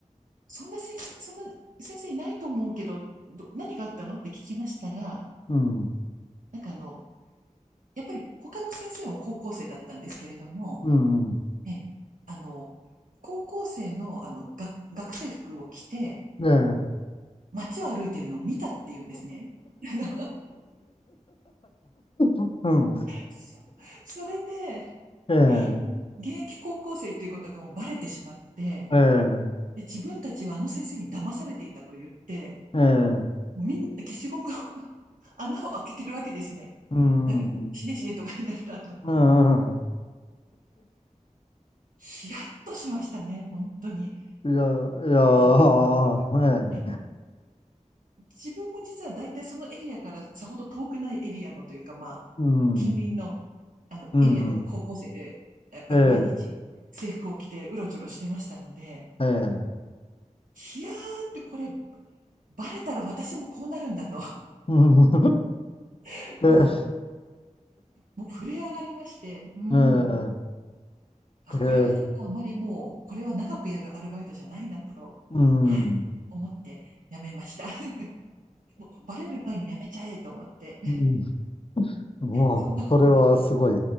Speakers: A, on the right; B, on the left.
A: そんな先生、そんな先生いないと思うけど、ど、何があったのって聞きましたら、
B: うん。
A: なんかあの、やっぱり他の先生も高校生だったんですけれども、
B: うん。
A: え、あの、高校生のあの、が学生服を着て
B: ええ。
A: 街を歩いてるのを見たって言うんですね。あの、
B: うん。
A: そそれで、
B: ええ、
A: もう現役高校生っていうことがもうバレてしまって、
B: ええ、
A: で、自分たちはあの先生に騙されていたと言って、
B: ええ、
A: みんな消しゴムを <laughs> 穴を開けてるわけですね。
B: うん、
A: なんか、
B: う
A: 死ね死ねとか言いながら、あの、
B: ん。
A: ヒヤッとしましたね、本当に。
B: いや、いや、
A: あの、え
B: ええ、
A: 自分も実は大体そのエリアからさほど遠くないエリアのというか、まあ、
B: うん、
A: 近隣の、あの、
B: うん、
A: エリアの高校生で、やっぱり毎日制服を着てうろちょろしてましたので、
B: ええ、ええ、
A: いやーってこれ、バレたら私もこうなるんだと。
B: うん、
A: <laughs>
B: ええ、
A: もう、もう震え上がりまして。うん。
B: ええ、
A: あ、
B: ええ、
A: これはちょっとあんまりもう、これは長くやるアルバイトじゃないなと。
B: うん。
A: はい。思って辞めました。<laughs> もうバレる前に辞めちゃえと思って。<laughs>
B: うん、もう、
A: そんなことが。
B: それはすごい